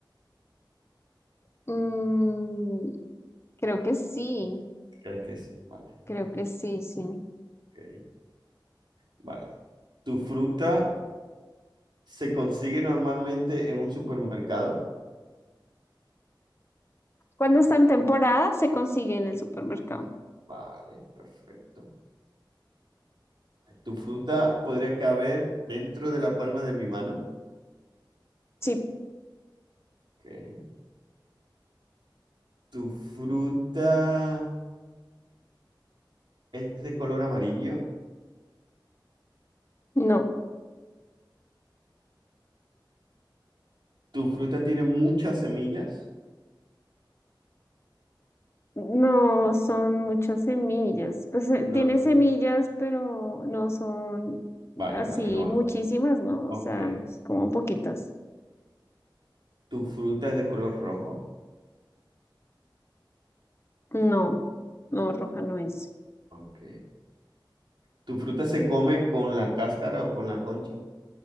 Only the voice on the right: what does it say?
¿Crees que sí? Vale,
ok. Vale. ¿Tu fruta se consigue normalmente en un supermercado?
Vale, perfecto. ¿Tu fruta podría caber dentro de la palma de mi mano?
Ok. ¿Tu fruta es de color amarillo?
¿Tu fruta tiene muchas semillas?
No
tiene.
Vale,
vale, no.
Ok.
ok.
¿Tu fruta es de color rojo?
Ok. ¿Tu fruta se come con la cáscara o con la concha?